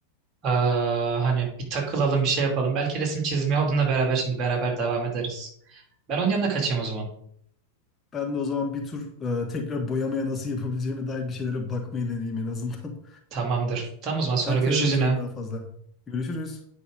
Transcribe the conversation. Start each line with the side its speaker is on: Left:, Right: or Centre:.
Right: Aa, hani bir takılalım bir şey yapalım. Belki resim çizmeye onunla beraber şimdi beraber devam ederiz. Ben onun yanına kaçayım o zaman.
Left: Ben de o zaman bir tur e, tekrar boyamaya nasıl yapabileceğime dair bir şeylere bakmayı deneyeyim en azından.
Right: Tamamdır. Tamam o zaman
Left: <laughs>
Right: sonra
Left: Ertelememiş
Right: görüşürüz yine.
Left: olayım daha fazla. Görüşürüz.